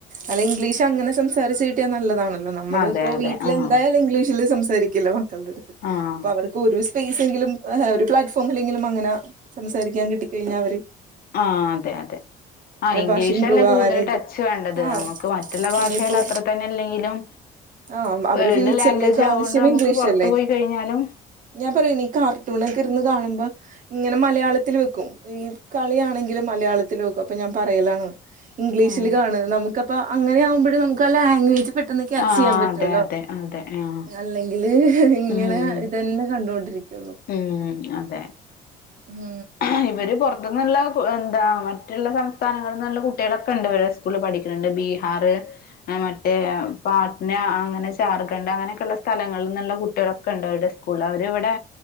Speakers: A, on the right (about 50°); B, on the left (about 60°).
A: അല്ലെ ഇംഗ്ലീഷ് അങ്ങനെ സംസാരിച്ച് കിട്ടിയാ നല്ലതാണല്ലോ നമ്മളിപ്പോ
B: ആ അതെ അതെ
A: വീട്ടില്
B: ആ
A: എന്തായാലും ഇംഗ്ലീഷല്ലേ സംസാരി ക്കില്ല മക്കൾടടുത്ത്
B: ആഹ്
A: അപ്പൊ അവർക്ക് ഒരൂസ സ്പേസെങ്കിലും ഒരു പ്ലാറ്റ്ഫോമിലെങ്കിലും അങ്ങനെ സംസാരിക്കാൻ കിട്ടിക്കഴിഞ്ഞാവര്
B: ആഹ് അതെ അതെ ആഹ് ഇംഗ്ലീഷ്
A: ഭാഷ ഇമ്പ്രൂവ്
B: അല്ലേ
A: ആവാനായിട്ടും
B: കൂടുതൽ ടച്ച് വേണ്ടത്
A: ആഹ്
B: നമുക്ക് മറ്റുള്ള ഭാഷയിൽ
A: ഇനിയിപ്പോ
B: അത്ര തന്നെ അല്ലെങ്കിലും
A: ആഹ് അവരെ
B: വേൾഡ്
A: ഫ്യൂച്ചറിലേക്ക്
B: ലാംഗ്വേജ അതുകൊണ്ട്
A: ആവശ്യം
B: നമുക്ക്
A: ഇംഗ്ലീഷല്ലേ
B: പൊറത്ത് പോയി കഴിഞ്ഞാലും
A: ഞാൻ പറയൂ നീ കാർട്ടൂണൊക്കെ ഇരുന്ന് കാണുമ്പം ഇങ്ങനെ മലയാളത്തില് വെക്കും ഈ കളിയാണെങ്കിലും മലയാളത്തില് വെക്കും അപ്പൊ ഞാൻ പറയലാണ് ഇംഗ്ലീഷില്
B: ഉം
A: കാണ് നമുക്കപ്പ അങ്ങനെ യാവുമ്പഴ് നമുക്കാ ലാംഗ്വേജ് പെട്ടെന്ന് ക്യാച്ചെയ്യാൻ
B: ആഹ്
A: പറ്റുവല്ലോ
B: അതെ അതെ അതെ ആഹ്
A: അല്ലെങ്കില് ഇങ്ങനെ
B: ഉം
A: ഇതന്നെ കണ്ടോണ്ടിരിക്കുള്ളൂ
B: ഉം അതെ
A: ഉം
B: ആഹ് ഇവര് പുറത്തുന്നുള്ള എന്താ മറ്റുള്ള സംസ്ഥാനങ്ങളിൽന്നുള്ള കുട്ടികളൊക്കെണ്ട് ഇവരെ സ് കൂള് പഠിക്ക്ണ്ണ്ണ്ട് ബീഹാറ് ആഹ് മറ്റേ പാട്ന അങ്ങനെ ജാർഖണ്ഡ് അങ്ങനെയൊക്കെള്ള സ്ഥലങ്ങൾന്ന്ള്ള കുട്യാളൊക്കെണ്ട് അവര്ടെ സ് സ്കൂൾല് അവര് ഇവടെ